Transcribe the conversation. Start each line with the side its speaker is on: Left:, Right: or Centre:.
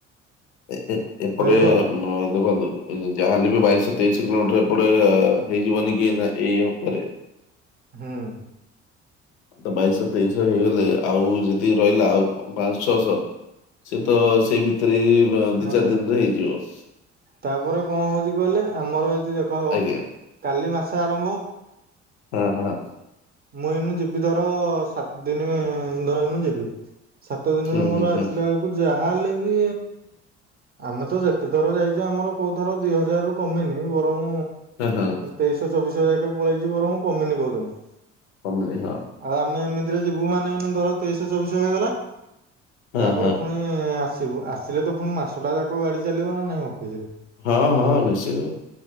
Left: ଏ ଏପଟେ
Right: ମିଳିବ ଆଉ।
Left: ଦେଖନ୍ତୁ ଯାହାହେଲେ ବି ବାଇଶିହ ତେଇଶ କିଲୋମିଟର ଏପଟେ ଆ ହେଇଯିବନି କି ଏଇ ନା ଏଇ ଉପରେ।
Right: ହୁଁ।
Left: ତ ବାଇଶହ ତେଇଶିଶହ ହେଇଗଲେ ଆଉ ଯେତିକି ରହିଲା ଆଉ ପାଆଁ ଶହ ଛଅଶହ ସେ
Right: ହୁଁ
Left: ତ ସେଇ ଭିତରେ ବି ଦିଚାରି
Right: ନା ନାଇଁ
Left: ଦିନରେ ହେଇଯିବ।
Right: ତାପରେ କଅଁ ହଉଚି କହିଲେ ଆମର ଯଦି ଦେଖ
Left: ଆଜ୍ଞା
Right: କାଲି ମାସ ଆରମ୍ଭ
Left: ହଁ ହଁ।
Right: ମୁଁ ଏଇନୁ ଯିବି ଧର ସାତ ଦିନ ଧର ଏଇନୁ ଯିବି ସାତ ଦିନରେ
Left: ହୁଁ
Right: ମୋର
Left: ହୁଁ
Right: ଆସିଲା
Left: ହୁଁ
Right: ବେଳକୁ ଯାହା ହେଲେ ବି ଆମେ ତ ଯେତେ ଥର ଯାଇଚୁ ଆମର କୋଉ ଥର ଦି ହଜାର ରୁ କମିନି ବରଂ
Left: ହଁ ହଁ
Right: ତେଇଶହ ଚବିଶ ଯାକେ ପଳେଇଚି ବରମ କମିନି କୋଉଦ୍ଦିନ।
Left: କମିଜୀବ।
Right: ଆଉ ଆମେ ଏମିତିରେ ଯିବୁ ମାନେଇନୁ ଧର ତେଇଶହ ଚବିଶ ହେଇଗଲା
Left: ହଁ
Right: ତାପରେ
Left: ହଁ
Right: ପୁଣି ଇଁ ଆସିବୁ ଆସିଲେ ତ ପୁଣି ମାସଟା ଯାକ ଗାଡି ଚାଲିବ ନା ନାଇଁ ଅଫିସିରେ।
Left: ହଁ ହଁ ନିଶ୍ଚିତ।